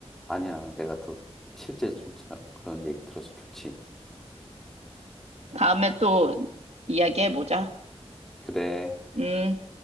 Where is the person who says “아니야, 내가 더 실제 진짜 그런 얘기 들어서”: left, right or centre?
Centre